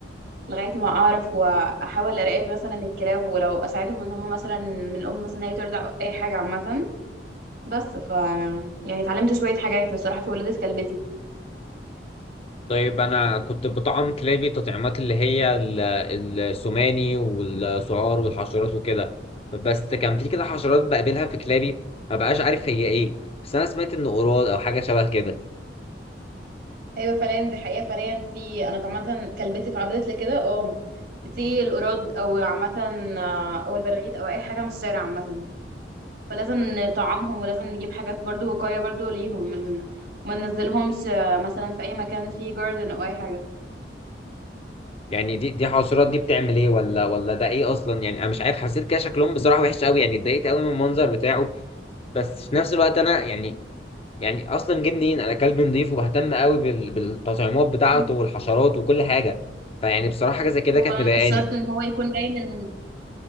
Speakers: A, on the right; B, on the left.
A: لغاية ما اعرف واحاول اراقب مثلا الكلاب ولو اساعدهم ان هم مثلا من الام مثلا هي ترضع أو اي حاجة عامة بس ف يعني اتعلمت شوية حاجات بصراحة في ولادة كلبتي
B: طيب انا كنت بطعم كلابي تطعيمات اللي هي ال- السوماني والسعار والحشرات وكده بس كان في كده حشرات بقابلها في كلابي ما بقاش عارف هي ايه بس انا سمعت ان قراد او حاجه شبه كده
A: ايوه فعليا دي حقيقه فعليا في انا طبعا كلبتي اتعرضت لكده اه بتيجي القراد او عامه آه، او البراغيث او اي حاجه من الشارع عامه فلازم نطعمهم ولازم نجيب حاجات برضو وقايه برضو ليهم من- ما ننزلهمش آه، مثلا في اي مكان فيه جاردن او اي حاجه
B: يعني دي دي حشرات دي بتعمل ايه ولا ولا ده ايه اصلا يعني انا مش عارف حسيت كده شكلهم بصراحه وحش قوي يعني اتضايقت قوي من المنظر بتاعه بس في نفس الوقت انا يعني يعني اصلا جه منين انا كلبي نضيف وبهتم قوي بال- بالتطعيمات بتاعته
A: <clears throat>
B: والحشرات وكل حاجه فيعني بصراحه حاجه زي كده
A: هو
B: كانت مضايقاني
A: مش شرط ان هو يكون جاي من